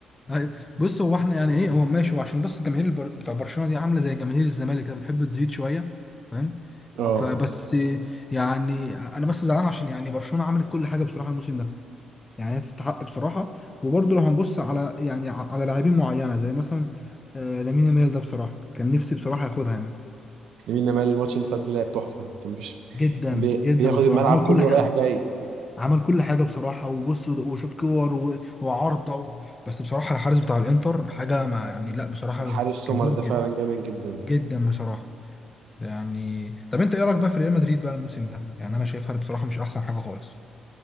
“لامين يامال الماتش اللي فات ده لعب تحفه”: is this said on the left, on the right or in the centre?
Right